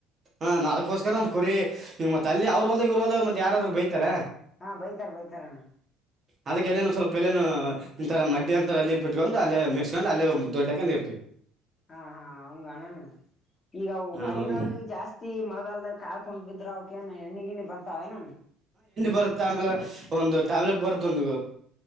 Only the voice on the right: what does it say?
ಹಾ ನಾಕೋಸ್ಕರ ನಮ್ ಕುರಿ ಈಗ ಮತ್ ಅಲ್ಲಿ ಅವ್ರ ಹೊಲ್ದ ಇೋಲ್ದ ಮತ್ ಯಾರಾದ್ ಬೈತಾರ.
ಅದಕ್ಕೆಲ್ಲೇನು ಸ್ವಲ್ಪ ಎಲ್ಲೇನು. ಇಂರ ಮಡ್ಡಿ ಅಂತರ ಅಲ್ಲಿ ಬಿಟ್ಕೊಂಡು ಅೇ ಮಿಸಸ್ಕೊಂಡು ಅೇ ದೊಡ್ಡಾಕ ಇರ್ತಿವಿ.
ಹಾ
ಹೋಗಿ
ಬರುತ್ತ ಆಮೇಲೆ ಒಂದು ಟ್ಯಾಬ್ಲೆಟ್ ಬರುತ್ತ ಒಂದು